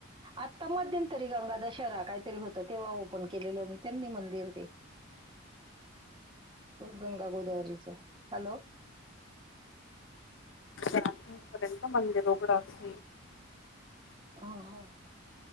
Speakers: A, on the right; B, on the left.
A: आता मध्यंतरी गंगा दशहरा काहीतरी होत तेव्हा ओपन केलेलं त्यांनी मंदिर ते गंगा गोदावरीच हॅलो
B: साडे तीनपर्यंत मंदीर उघड असतं
A: ह